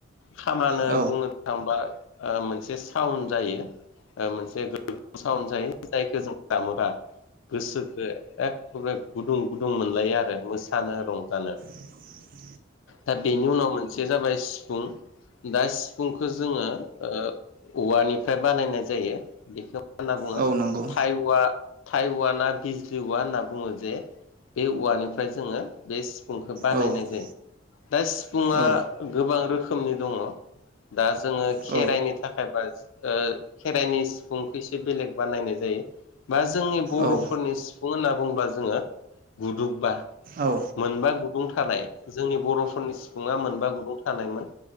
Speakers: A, on the left (about 85°); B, on the right (about 45°).
A: खामानो
B: औ
A: बुंनो थांबा ओ मोनसे साउन्ड जायो ओ मोनसे साउन्ड जायो जायखौ जों दामोदा। गोसोखो एखबारे गुदुं गुदुं मोनलायो आरो मोसानो रंजानो।
B: <unintelligible>
A: दा बेनि उनाव मोनसे जाबाय सिफुं दा सिफुंखो जोंङो ओ औवानिफ्राय बानायनाय जायो। बेखौ मा होनना बुंङो
B: औ नंगौ
A: थाइऔवा थाइऔवाना बिजलि औवा होनना बुंङो जे बे औवानिफ्राय जोंङो बे सिफुंखौ बानायनाय
B: औ औ
A: जायो। दा सिफुुंङा
B: औ
A: गोबां रोखोमनि दंङ । दा जोंङो खेराइनि
B: औ
A: थाखाय बा ओ खेराइनि सिफुंखो एसे बेलेग बानायनाय जायो बा जोंनि बर'फोरनि
B: औ औ
A: सिफुं होनना बुंब्ला जोंङो गुदुंबा
B: औ
A: मोनबा गुदुं थानाय जोंनि बर'फोरनि सिफुंङा मोनबा गुदुं थानायमोन।